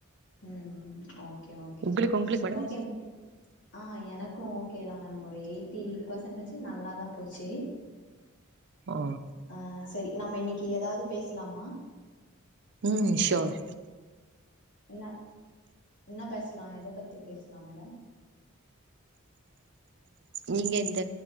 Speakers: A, on the left; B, on the right.
A: ம் ம் ஓகே ஓகே
B: உங்களுக்கு உங்களுக்கு மேடம்
A: ஓகேம் அ எனக்கு ஓகேதா மேம் ஒரு எய்ட்டி பெர்சன்டேஜி நல்லாதா போச்சி
B: ஒ
A: அ சரி நம்ம இன்னிக்கி எதாவ்து பேஸ்லாமா
B: ம் ஷோர்
A: என்ன என்ன பேஸ்லா எத பத்தி பேஸ்லா மேடம்
B: நீங்க இந்த